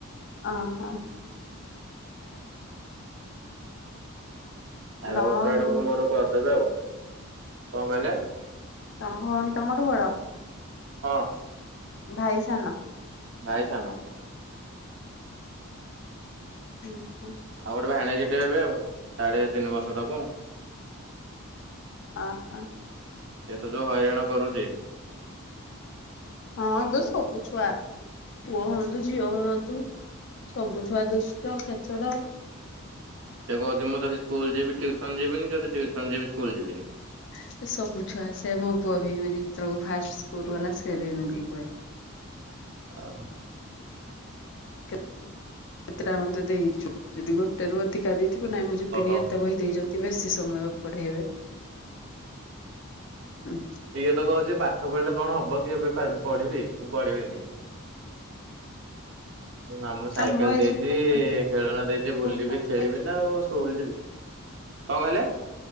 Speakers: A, on the left; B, on the right.
A: ଅ ହ।
B: ଆର
A: ତମ
B: ବର୍ଷ
A: ଭଉଣୀ
B: ଆଡକୁ ମୋର କରିଦେବେ ଆଉ। କଣ କହିଲେ?
A: ତମ ଭଉଣୀ ତମଠୁ ବଡ।
B: ହଁ।
A: ଭାଇ ସାନ।
B: ଭାଇ ସାନ।
A: ହୁଁ ହୁଁ।
B: ଆଉ ଗୋଟେ ଭାଣେଜିଟେ ଏବେ ଆଉ ସାଢେ ତିନି ବର୍ଷ ତାକୁ ଆଉ।
A: ଓ ହୋ।
B: ସେ ତ ଯୋଉ ହଇରାଣ କରୁଛି
A: ହଁ ତ ସବୁ ଛୁଆ ପୁଅ ହୁଅନ୍ତୁ। ଝିଅ ହୁଅନ୍ତୁ ସବୁ ଛୁଆ ଦୁଷ୍ଟ ଖେଚଡ।
B: ସେ କହୁଛି ମୁଁ ଯଦି ସ୍କୁଲ ଯିବି ଟିୟୁସନ ଯିବିନି ଯଦି ଟି ୟୁସନ ଯିବି ସ୍କୁଲ ଯିବିନି।
A: ସେ ସବୁ ଛୁଆ ସେ ମୋ ପୁଅ ବି ଏମିତି ସେତେବେଳକୁ ଫାଷ୍ଟ ସ୍କୁଲ ଗଲା ସେ ବି ଏମିତି ହୁଏ।
B: ଆଉ
A: କେତେଟା ମତେ ଦେଇଛୁ ଯଦି ଗୋଟେ ରୁ ଅଧିକା ଦେଇ ଥିବୁ ନାଇଁ ମୁଁ ଯିବିନି
B: ଓହୋ
A: ଏତେ ବହି ଦେଇଛନ୍ତି ବେଶୀ ସମୟ ପଢେଇବେ। ହୁଁ।
B: ଇଏ ତ କହୁଛି ପାଠ ପଢ଼ିଲେ କଣ ହବ କିଏ ଏବେ ପାରୁ ପଢିବି ମୁଁ ପଢିବିନି। ମାମୁଁ ସାଇକେଲ
A: ଆମ ଏଜ୍
B: ଦେଇଛି ଖେଳଣା ଦେଇଛି ବୁଲିବି। ଖେଳିବି ନା ଆଉ ସ୍କୁଲ୍ ଯିବି କଣ କହିଲେ?